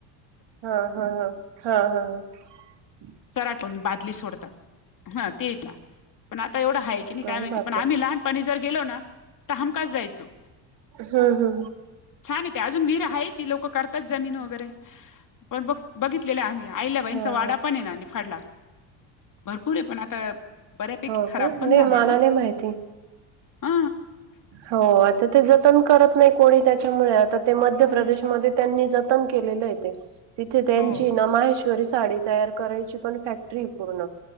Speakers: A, on the right; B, on the left.
A: हा हा हा हा हा ह
B: चर्हाट बादली सोडता हा ते येता पण आता एवढं हाय की नाही काय
A: अरे
B: माहिती
A: बापरे
B: पण आम्ही लहानपणी जर गेलो ना तर हमखास जायचो
A: हू हू
B: छान आहे ते अजून विहीर हाय ती लोकं करतात जमीन वगैरे पण बघ बघितलेले आम्ही अहिल्याबाईचा
A: हा
B: वाडा
A: हा
B: पण आहे ना निफाडला भरपूर आहे पण आता बऱ्यापैकी
A: हो
B: खराब
A: का
B: पण
A: नाही
B: झालंय
A: मला
B: हो
A: नाही माहिती
B: हा
A: हो आता ते जतन करत नाही कोणी त्याच्यामुळे आता ते मध्य
B: हम्म
A: प्रदेशमध्ये त्यांनी जतन केलेल ते तिथे त्यांची
B: हो
A: ना माहेश्वर साडी तयार करायची पण फॅक्टरी हाय पूर्ण